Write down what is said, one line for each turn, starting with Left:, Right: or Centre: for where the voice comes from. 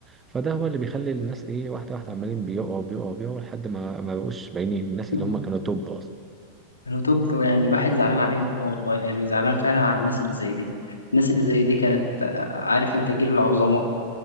Right: فده هو اللي بيخلي الناس ايه واحده واحده عمالين بيقعوا بيقعوا بيقعوا لحد ما ما بقوش باينين الناس
Left: بالظبط.
Right: اللي هم كانوا توب اصلا
Left: كانوا توب يعني الواحد زعلان عليهم أوي والله يعني زعلان فعلا على الناس اللي زي دي الناس اللي زي دي كانت آه، عارف انت جيل العظماء